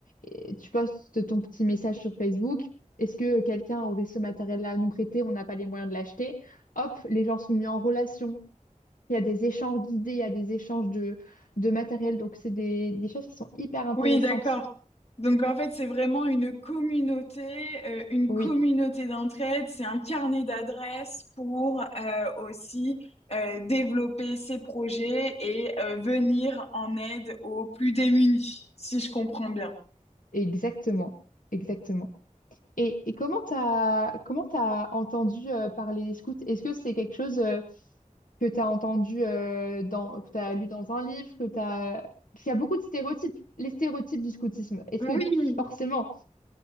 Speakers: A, on the left; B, on the left.
A: euh, tu postes ton petit message sur Facebook. Est-ce que quelqu'un aurait ce matériel-là à nous prêter? On n'a pas les moyens de l'acheter. Hop, les gens sont mis en relation. Il y a des échanges d'idées, il y a des échanges de, de matériel. Donc, c'est des, des choses qui sont hyper intéressantes.
B: Oui, d'accord. Donc, en fait, c'est vraiment une communauté, euh, une
A: Oui,
B: communauté d'entraide. C'est un carnet d'adresses pour euh, aussi euh, développer ses projets et euh, venir en aide aux plus démunis, si je comprends bien.
A: exactement. Exactement. Et, et comment t'as, comment t'as entendu euh, parler des scouts? Est-ce que c'est quelque chose euh, que t'as entendu euh, dans, que t'as lu dans un livre, que t'as... Parce qu'il y a beaucoup de stéréotypes. Les stéréotypes du scoutisme. Est-ce
B: Oui,
A: que tu- forcément...